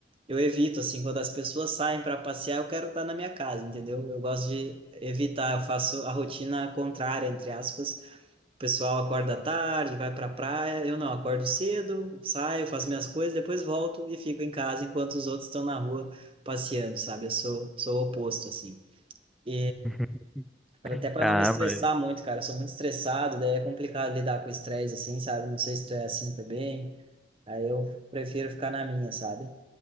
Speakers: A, on the right; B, in the centre.
A: eu evito, assim, quando as pessoas saem para passear, eu quero estar na minha casa, entendeu? Eu gosto de evitar, eu faço a rotina contrária, entre aspas. O pessoal acorda tarde, vai pra praia, eu não, acordo cedo, saio, faço minhas coisas, depois volto e fico em casa enquanto os outros estão na rua passeando, sabe? Eu sou, sou o oposto, assim. E
B: <laughs>
A: Cara, até pra
B: Ah,
A: não me estressar
B: mas.
A: muito, cara. Eu sou muito estressado, daí é complicado lidar com estresse assim, sabe? Não sei se tu é assim também. Aí eu prefiro ficar na minha, sabe?